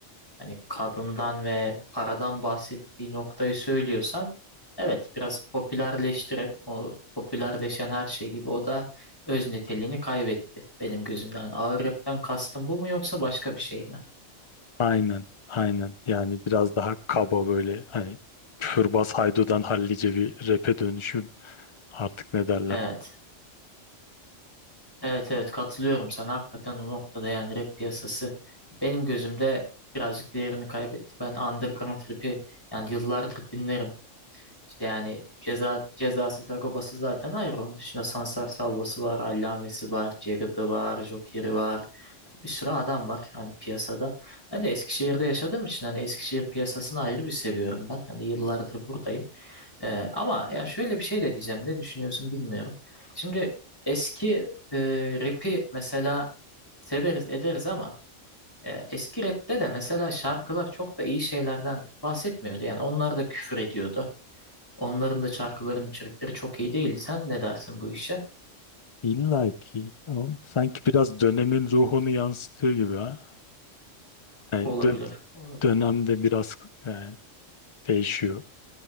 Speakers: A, on the left (about 20°); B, on the left (about 50°).
A: hani kadından ve paradan bahsettiği noktayı söylüyorsan evet biraz popülerleştirip o popülerleşen her şey gibi o da öz niteliğini kaybetti benim gözümden. Hani ağır rapten kastım bu mu yoksa başka bir şey mi?
B: Aynen, aynen. Yani biraz daha kaba böyle hani küfürbaz Haydo'dan hallice bir rap'e dönüşüm artık ne derler.
A: Evet. Evet evet katılıyorum sana. Hakikaten o noktada yani rap piyasası benim gözümde birazcık değerini kaybetti. Ben underground rap'i yani yıllardır dinlerim. İşte yani ceza cezası Sagopa'sı zaten ayrı. Onun dışında Sansar Salva'sı var, Allame'si var, Jagged'ı var, Joker'i var. Bir sürü adam var hani piyasada. Ben de Eskişehir'de yaşadığım için hani Eskişehir piyasasını ayrı bir seviyorum ben. Hani yıllardır buradayım. Ee, ama ya şöyle bir şey de diyeceğim. Ne düşünüyorsun bilmiyorum. Şimdi eski e, rap'i mesela severiz ederiz ama e, eski rap'te de mesela şarkılar çok da iyi şeylerden bahsetmiyordu. Yani onlar da küfür ediyordu. Onların da şarkıların içerikleri çok iyi değildi. Sen ne dersin bu işe?
B: İlla ki ama sanki biraz dönemin ruhunu yansıtıyor gibi ha. Yani
A: Olabilir.
B: dö-
A: Olabilir.
B: dönemde biraz yani değişiyor.